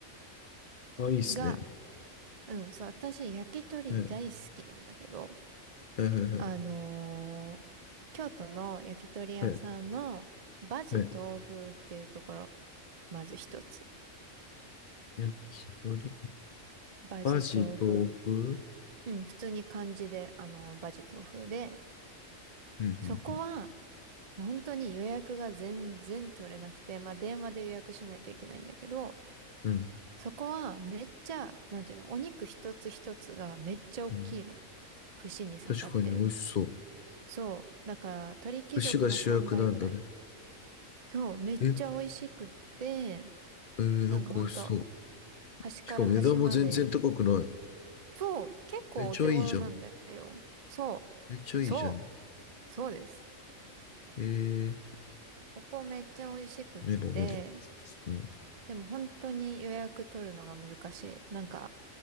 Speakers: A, on the left; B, on the right.
A: あ、いいっすね。
B: が、うん、そう、私、焼き鳥大好きなんだけど、
A: はい、はい、はい、
B: あのー京都の焼き鳥屋さんのバジ豆腐っていうところ、
A: はい、はい。
B: まず一つ。
A: 焼き鳥、
B: バジ豆腐。
A: バジ、豆腐。
B: うん、普通に漢字で、あの、バジ豆腐で、
A: うん、
B: そこは、本当に予約が全然取れなくて、まあ、電話で予約しないといけないんだけど、
A: うん、うん。
B: そこはめっちゃ、なんていうの、お肉一つ一つがめっちゃ大きいの。
A: うんうん
B: 串に刺さってる。
A: 確かに美味しそう。
B: そう。だから、鳥貴族の3倍ぐらい。
A: 串が主役なんだね。
B: そう、めっちゃ美味しくって、
A: え、えー、
B: なんかほんと、
A: なんか美味しそう。
B: 端から端まで、
A: しかも値段も全然高くない。
B: そう、結構お手頃なんだよ。
A: めっちゃいいじゃん。
B: そ
A: めっちゃいいじゃん。
B: う、そう、そうです。
A: えー、
B: ここめっちゃ美味しくって、
A: メモメモ。うん、
B: でも本当に予約取るのが難しい。なんか、